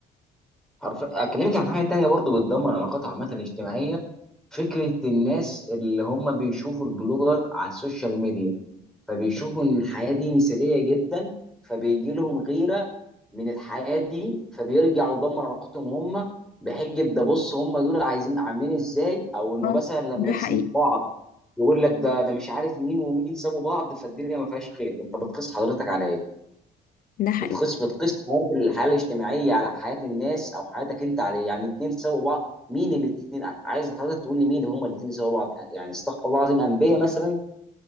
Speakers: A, in the centre; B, on the left.
A: حرف اكلمك عن حاجه تانية برضو بتدمر العلاقات عامه الاجتماعيه فكرة الناس اللي هم بيشوفوا البلوجر على السوشيال ميديا فبيشوفوا ان الحياة دي مثالية جدا فبيجي لهم غيرة من الحياة دي فبيرجعوا يدمر علاقتهم هم بحجة ده بص هم دول عايزين عاملين ازاي او انه
B: اه
A: مثلا لما
B: ده
A: يسيبوا
B: حقيقي
A: بعض يقول لك ده ده مش عارف مين ومين سابوا بعض فالدنيا ما فيهاش خير انت بتقيس حضرتك على ايه
B: ده حقيقي
A: بتقيس بتقيس حياه الحاله الاجتماعيه على حياه الناس او حياتك انت عليه يعني الاثنين سوا بعض مين الاثنين عايز حضرتك تقول لي مين هم الاثنين سوا بعض يعني استغفر الله العظيم انبياء مثلا